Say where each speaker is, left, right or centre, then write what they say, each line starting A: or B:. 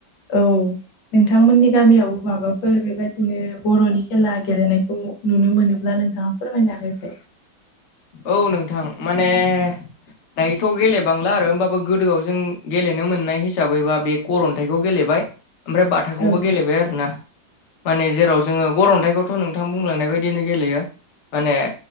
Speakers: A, on the left; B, on the left.
A: औ नोंथांमोननि गामियावबो माबाफोर बेबायदिनो बर'नि खेला गेलेनायखौ नुनो मोनोब्ला नोंथाङा फोरमायना होसाय
B: औ नोंथां माने दायोथ' गेलेबांला आरो होमबाबो गोदोआव जों गेलेनो मोननाय हिसाबैबा बे गर अन्थाइखौ गेलेबाय ओमफ्राय बाथाखौबो
A: औ
B: गेलेबाय आरो ना माने जेराव जोङो गरन्थाइखौथ' नोंथां बुंलांनाय बायदिनो गेलेयो माने